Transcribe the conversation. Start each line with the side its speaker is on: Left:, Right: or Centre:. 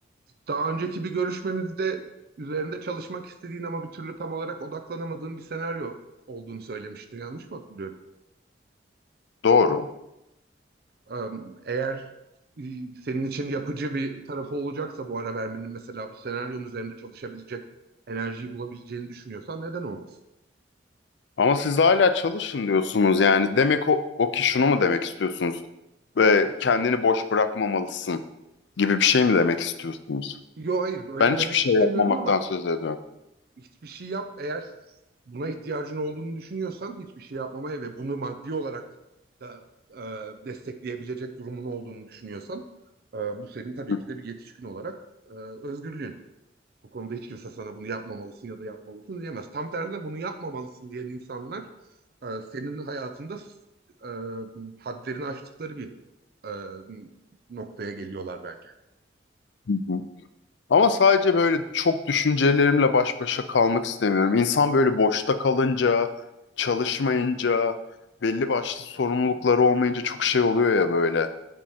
Right: daha önceki bir görüşmemizde üzerinde çalışmak istediğin ama bir türlü tam olarak odaklanamadığın bir senaryo olduğunu söylemiştin. Yanlış mı hatırlıyorum?
Left: Doğru.
Right: Em, Eğer e, senin için yapıcı bir tarafı olacaksa bu ara vermenin mesela bu senaryonun üzerinde çalışabilecek enerjiyi bulabileceğini düşünüyorsan neden olmasın?
Left: Ama siz hala çalışın diyorsunuz yani. Demek o, o ki şunu mu demek istiyorsunuz? E, kendini boş bırakmamalısın gibi bir şey mi demek istiyorsunuz?
Right: Yo hayır böyle
Left: Ben hiçbir
Right: demek
Left: şey
Right: istemiyorum
Left: yapmamaktan
Right: ama
Left: söz ediyorum.
Right: hiçbir şey yap. Eğer buna ihtiyacın olduğunu düşünüyorsan hiçbir şey yapmamaya ve bunu maddi olarak da e, destekleyebilecek durumun olduğunu düşünüyorsan e, bu senin tabii
Left: <laughs>
Right: ki de bir yetişkin olarak e, özgürlüğün. Bu konuda hiç kimse sana bunu yapmamalısın ya da yapmalısın diyemez. Tam tersine bunu yapmamalısın diyen insanlar e, senin hayatında e, hadlerini aştıkları bir e, noktaya geliyorlar bence.
Left: Hı hı. Ama sadece böyle çok düşüncelerimle baş başa kalmak istemiyorum. İnsan böyle boşta kalınca, çalışmayınca, belli başlı sorumlulukları olmayınca çok şey oluyor ya böyle.